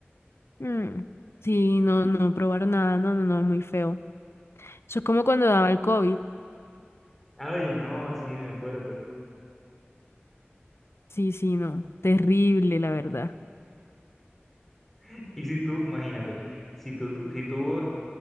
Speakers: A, on the left; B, in the centre.
A: Mm, Sí, no, no probar nada, no, no, no, muy feo. Eso es como cuando daba el COVID.
B: Ay, no, sí, me acuerdo.
A: Sí, sí, no, terrible, la verdad.
B: <laughs> Y si tú, imagínate, si tú, tú- si tú